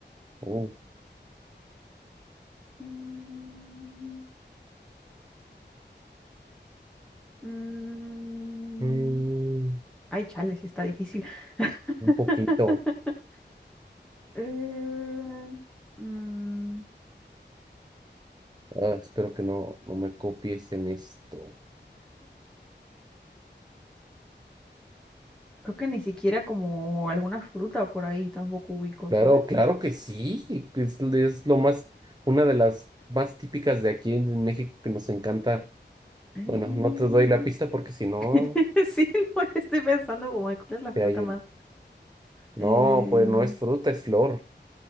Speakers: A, on the right (about 20°); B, in the centre.
A: U.
B: mm, mm,
A: Mm,
B: ay, chale, sí está difícil. <laughs>
A: un poquito.
B: Eh, mm,
A: Ah, espero que no, no me copies en esto.
B: Creo que ni siquiera como alguna fruta por ahí tampoco ubico,
A: Claro,
B: ¿sabes?
A: claro que sí. Es, es lo más, una de las más típicas de aquí en, en México que nos encanta.
B: Mm,
A: Bueno, no te doy la pista porque si no,
B: <laughs> Sí, no, estoy pensando como de cuál es la
A: te
B: fruta
A: ayudo.
B: más.
A: No,
B: Eh,
A: pues no es fruta, es flor.